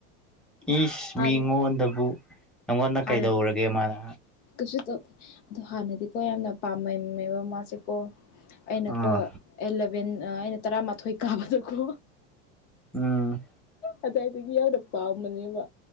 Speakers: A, in the centre; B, on the left (about 85°).
A: ꯏꯁ
B: ꯍꯥꯟꯅ
A: ꯃꯤꯉꯣꯟꯗꯕꯨ ꯅꯪꯉꯣꯟꯗ
B: ꯍꯥꯟꯅꯗꯤ
A: ꯀꯩꯗꯧꯔꯒꯦ ꯃꯥꯅ
B: ꯀꯩꯁꯨ ꯇꯧꯗꯦ ꯑꯗꯣ ꯍꯥꯟꯅꯗꯤꯀꯣ ꯌꯥꯝꯅ ꯄꯥꯝꯃꯝꯃꯦꯕ ꯃꯥꯁꯦꯀꯣ ꯑꯩꯅꯀꯣ
A: ꯎꯝ
B: ꯑꯦꯂꯕꯦꯟ ꯑꯩꯅ ꯇꯔꯥꯃꯥꯊꯣꯏ ꯀꯥꯕꯗꯀꯣ
A: ꯎꯝ
B: ꯑꯗꯨꯋꯥꯏꯗꯒꯤ ꯌꯥꯝꯅ ꯄꯥꯝꯕꯅꯦꯕ